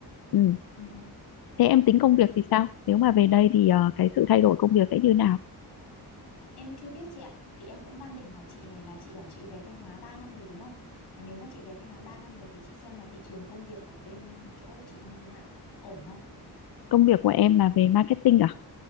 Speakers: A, on the left; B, on the left.
A: ừ.
B: ừ, ừ.
A: Thế em tính công việc thì sao? Nếu mà về đây thì ờ, cái sự thay đổi công việc sẽ như nào?
B: Em chưa biết chị ạ. Thì em cũng đang định hỏi chị này là chị bảo chị về Thanh Hóa 3 năm rồi đúng không? Thì nếu mà chị về Thanh Hóa 3 năm rồi thì chị xem là thị trường công việc ở bên chỗ chị như thế nào, ổn không?
A: Công việc của em là về marketing à?